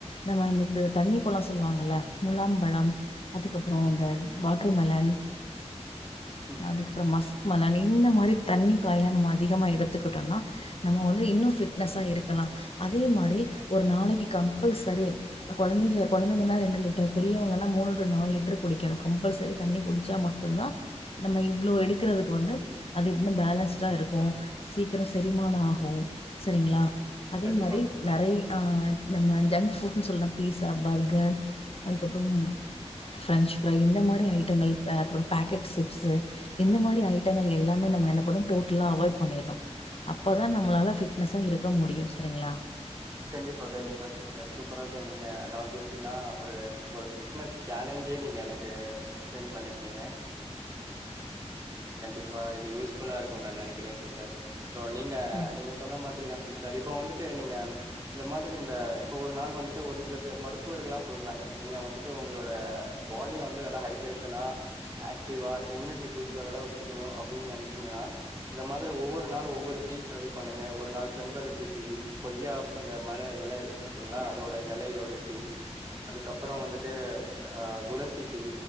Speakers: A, on the left; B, on the right.
A: நம்ம இந்த தண்ணி பழோ சொல்லுவாங்கல்ல முலாம்பழம் அதுக்கு அப்றோ இந்த வாட்ர்மெலன்
B: ம்.
A: அதுக்கு அப்றோ மஸ்க் மலன் இந்த மாரி தண்ணி காய்லா நம்ம அதிகமாக எடுத்துக்கிட்டோம்னா நம்ம வந்து இன்னு ஃபிட்னஸா இருக்கலா அதே மாரி ஒரு நாளைக்கு கம்பல்சரி கொழந்தைங்க கொழந்தைங்கன்னா ரெண்டு லிட்டர் பெரியவங்கன்னா மூணு டு நாலு லிட்டர் குடிக்கணு கம்பல்சரி தண்ணி குடிச்சா மட்டுதா நம்ம இவ்ளோ எடுக்குறதுக் கு வந்து அது இன்னு பேலன்ஸ்டா இருக்கு சீக்ர செரிமான ஆகு சரிங்களா அதே
B: கண்டிப்பா
A: மாரி நெறை ஆ நம்ம ஜங்க் ஃபுட்ன்னு சொல்ற பீஸா பர்கர் அதுக்கப்றோ ப்ரென்ச் ஃப்ரை இந்த மாரி ஐட்டங்கள் பே பேக்கெட் சிப்ஸ்ஸூ இந்த மாரி ஐட் டங்கள் எல்லாமே நம்ம என்ன பண்ணு டோட்டலா அவாய்ட் பண்ணிறனு அப்ப தா நம்மளால ஃபிட்னஸ்ஸா இருக்க முடியு சரிங்ளா
B: கண்டிப்பா கண்டிப்பா சிஸ்டர் சூப்பரா சொன்னீங்க அதாவது எப்டின்னா ஒரு ஒரு ஃபிட்னஸ் சேலஞ்சயே நீங்க எனக்கு எக்ஸ்பிளைன் பண்ணிடீங்க கண்டிப்பா இது யூஸ் ஃபுல்லா இருக்கு நா நெனக்கிறே சிஸ்டர் சோ நீங்க
A: ம்
B: நீங்க சொன்ன மாதிரிதா சிஸ்டர் இப்போ வந்துட்டு நீங்க இந்த மாதிரி இந்த இப்ப ஒரு நாள் வந்துட்டு ஒரு சில பேர் மருத்துவர்கள்லா சொல்றாங்க நீங்க வந்துட்டு உங்களோட பாடிய வந்து நல்ல ஹைட்ரேஷனா ஆக்டிவா இம்யூனிட்டி பூஸ்ட் டரோட வெச்சிக்கணு அப்டின்னு நெனச்சீங்கன்னா இந்த மாதிரி ஒவ்வொரு நாள் ஒவ்வொரு டீ ட்ரை பண்ணுங்க ஒரு நாள் செம்பருத்தி டீ கொய்யா மர எல இருக்கு பாத்தீங்ளா அதோட எலையோட டீ அதுக்கப்பறோ வந்துட்டு அ துளசி டீ